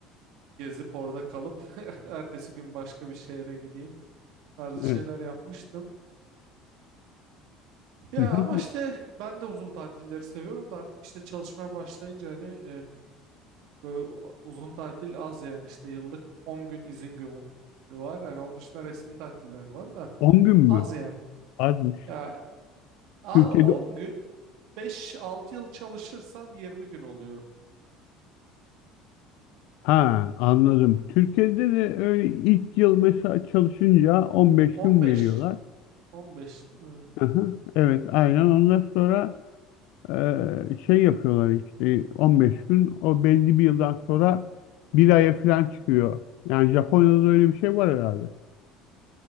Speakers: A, on the right (about 70°); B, on the left (about 75°).
A: gezip orada kalıp <laughs> ertesi gün başka bir şehre gideyim tarzı
B: Evet.
A: şeyler yapmıştım. Ya
B: Hı hı.
A: ama işte ben de uzun tatilleri seviyorum da artık işte çalışmaya başlayınca hani Böyle uzun tatil az yani işte yıllık 10 gün izin günü var. Hani onun dışında resmi tatiller var da
B: 10 gün mü?
A: az yani.
B: Azmış.
A: Ya al
B: Türkiye'de
A: on gün beş altı yıl çalışırsan 20 gün oluyor.
B: ha anladım. Türkiye'de de öyle ilk yıl mesela çalışınca 15
A: on
B: gün
A: beş
B: veriyorlar.
A: on beş değil mi?
B: Hı hı. Evet aynen. Ondan sonra e, şey yapıyorlar işte 15 gün o belli bir yıldan sonra bir aya falan çıkıyor. Yani Japonya'da da öyle bir şey var herhalde.